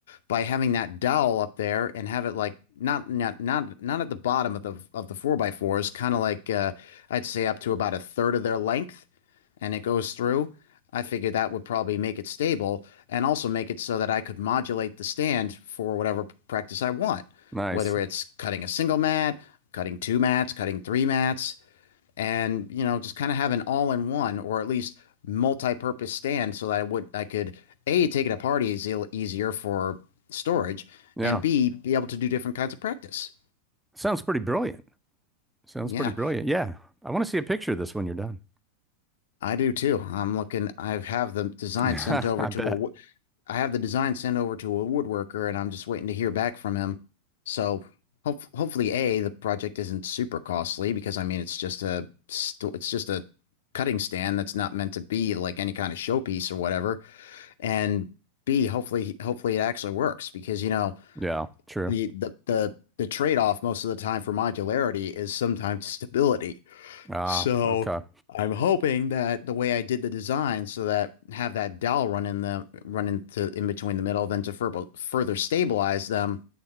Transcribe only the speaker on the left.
by having that dowel up there and have it like not not not not at the bottom of the of the four by fours, kind of like uh, I'd say up to about a third of their length, and it goes through. I figured that would probably make it stable and also make it so that I could modulate the stand for whatever practice I want,
whether it's cutting a single mat, cutting two mats, cutting three mats and you know just kind of have an all-in-one or at least multi-purpose stand so that I would I could A take it to parties e- easier for storage
and B be able to do different kinds of practice.
Yeah,
I do too. I'm looking I have the design
sent over
to
a. I have the design sent over to a woodworker and I'm just waiting to hear back from him. So hope, hopefully A the project isn't super costly because I mean it's just a sto- it's just a cutting stand that's not meant to be like any kind of showpiece or whatever. and B, hopefully hopefully it actually works because you know
the the the the trade-off most of the time for modularity is sometimes stability.
So
I'm hoping that the way I did the design so that have that dowel run in the run into in between the middle, then to furbo- further stabilize them